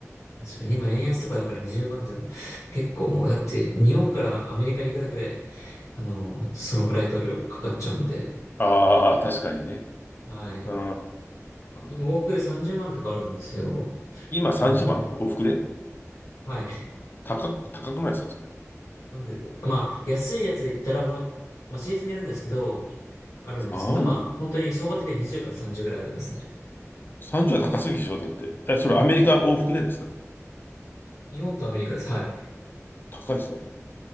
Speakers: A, on the left; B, on the left.
A: 確かに今円安とかだから20万じゃ、結構もうだって日本からアメリカに行くだけで、あの、そのフライト料かかっちゃうんで、
B: ああ、確かにね。
A: はい。
B: うー
A: 今往復で30万とかあるんですよ。
B: ん。今30万往復で
A: なんで、はい。
B: 高く、高くないですかそれ。
A: なんで、まあ安いやつで言ったらもう、まあシーズンによるんですけど、あるんですけど、
B: 三
A: まあ本当に相場的には20から30ぐらいありますね。
B: ?30 は高すぎでしょだって。え、それアメリカ往復でですか
A: 日本とアメリカです。はい。
B: 高いですね。